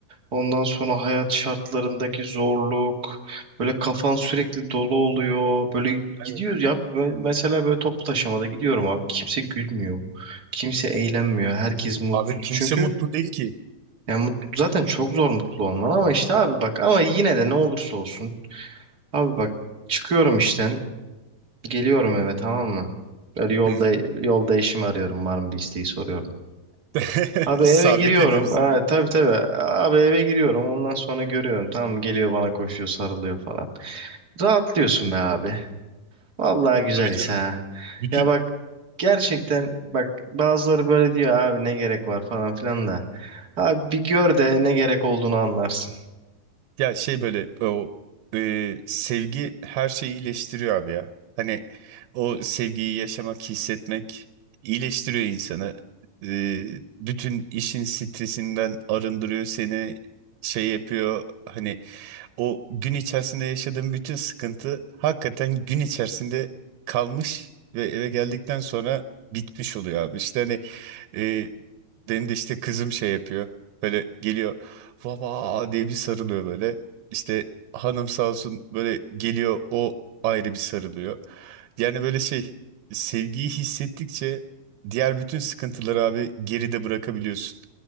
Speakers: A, on the right (about 30°); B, on the right (about 85°).
A: ondan sonra hayat şartlarındaki zorluk, böyle kafan sürekli dolu oluyor. Böyle
B: Evet.
A: gidiyoruz ya böyle- mesela böyle toplu taşımada gidiyorum abi kimse gülmüyor. Kimse eğlenmiyor. Herkes mutsuz.
B: Abi kimse
A: Çünkü
B: mutlu değil ki.
A: yani mutlu, zaten çok zor mutlu olman ama işte abi bak ama yine de ne olursa olsun abi bak çıkıyorum işten Geliyorum eve tamam mı? Böyle yolda
B: Hı hı.
A: yolda eşimi arıyorum var mı bir isteği soruyorum.
B: <laughs>
A: Abi
B: Sabit
A: eve giriyorum.
B: hepimizin
A: Ha,
B: yaptığı.
A: tabii tabii. Abi eve giriyorum. Ondan sonra görüyorum. Tamam mı? geliyor bana koşuyor sarılıyor falan. Rahatlıyorsun be abi. Vallahi güzel
B: Tabii
A: his
B: canım.
A: ha.
B: Bütün
A: Ya bak gerçekten bak bazıları böyle diyor abi ne gerek var falan filan da. Abi bir gör de ne gerek olduğunu anlarsın.
B: ya şey böyle o e, sevgi her şeyi iyileştiriyor abi ya. Hani o sevgiyi yaşamak, hissetmek iyileştiriyor insanı. E, bütün işin stresinden arındırıyor seni. Şey yapıyor hani o gün içerisinde yaşadığın bütün sıkıntı hakikaten gün içerisinde kalmış ve eve geldikten sonra bitmiş oluyor abi. İşte hani E, benim de işte kızım şey yapıyor. Böyle geliyor. Baba diye bir sarılıyor böyle. İşte hanım sağ olsun böyle geliyor o ayrı bir sarılıyor. Yani böyle şey sevgiyi hissettikçe diğer bütün sıkıntıları abi geride bırakabiliyorsun.